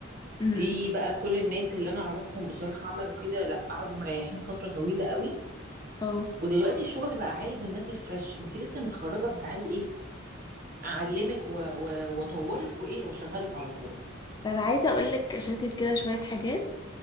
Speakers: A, on the left; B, on the right.
A: امم
B: دي بقى كل الناس اللي انا اعرفهم بصراحة عملوا كده لا قعدوا مريحين فترة طويلة قوي
A: اه
B: ودلوقتي الشغل بقى عايز الناس الفريش انت لسه متخرجة فتعالي ايه اعلمك و... و... واطورك وايه واشغلك على طول
A: طب عايزة اقولك اشاركك كده شوية حاجات